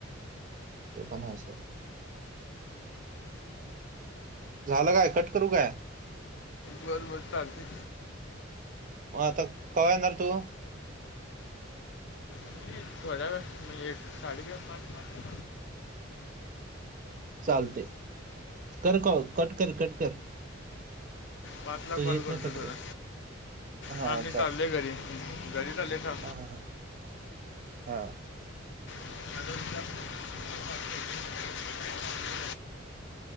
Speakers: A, on the right; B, on the left.
A: ते पण आहे सोड. झालं काय कट करू काय.
B: बर बर चालते.
A: मग आता कवा येणार तू.
B: मी थोड्या वेळाने, एक साडेचार पाच पर्यंत.
A: चालते कर कॉल. कट कर कट कर.
B: पाचला
A: तुझ्या
B: कॉल
A: इथनं
B: करतो
A: कट
B: तुला,
A: कर. हां,
B: हा मी चाललोय घरी. घरी चाललोय आता.
A: हा ह ह हा
B: आ <inaudible>